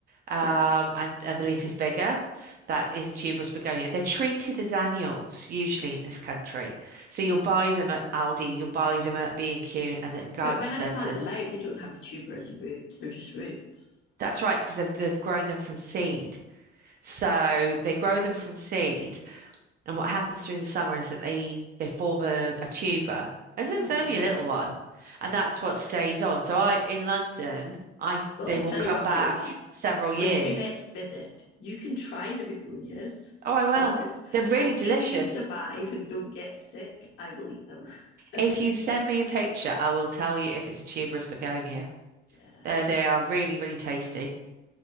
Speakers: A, on the right; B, on the left.
A: um,
B: Yeah.
A: and, and the leaf is bigger. That is a tuberous begonia. They're treated as annuals usually in this country. So you'll buy them at Aldi, you'll buy them at B&Q and Q and at garden
B: But when
A: centres.
B: I plant them out, they don't have a tuber as a root. They're just roots.
A: That's right, because they've, they've grown them from seed. So they grow them from seed, and what happens through the summer is that they they form a, a tuber, and so
B: Ah.
A: it's only a little one, and that's what stays on. So I in London, I
B: Well,
A: they
B: I tell
A: will come
B: you what,
A: back
B: Fiona,
A: several years.
B: when you next visit, you can try the begonias,
A: Oh, I will.
B: flowers,
A: They're really
B: and
A: delicious.
B: if you survive and don't get sick, I will eat them. <laughs>
A: If you send me a picture, I will tell you if it's a tuberous begonia.
B: yeah.
A: They they are really really tasty.